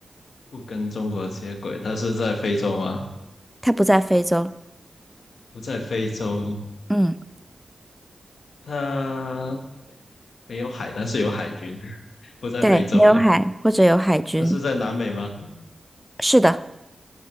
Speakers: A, on the left; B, in the centre.
A: 不跟中国接轨，它是在非洲吗？
B: 它不在非洲。
A: 不在非洲，
B: 嗯。
A: 它没有海，但是有海军。<laughs> 不在非洲，
B: 对，没有海或者有海军，
A: 它是在南美吗？
B: 是的，